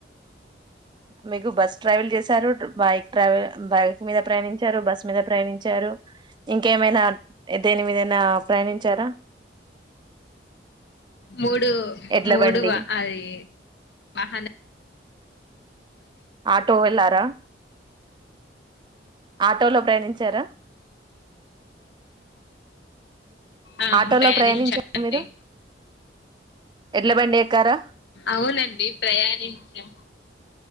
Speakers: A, on the right (about 25°); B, on the left (about 70°).
A: మీకు బస్ ట్రావెల్ చేశారు బై ట్రావెల్ బైక్ మీద ప్రయాణించారు బస్ మీద ప్రయాణించారు ఇంకేమైనా ఏదైనా మీదైనా ప్రయాణించారా
B: మూడు
A: ఎడ్ల
B: మూడు
A: బండి
B: అది అహన
A: ఆటో వెల్లరా ఆటోలో ప్రయాణించారా
B: ఆ
A: ఆటోలో
B: ప్రయానించానండి
A: ప్రయాణించారా మీరు ఎడ్ల బండి ఎక్కారా
B: అవునండి ప్రయాణించా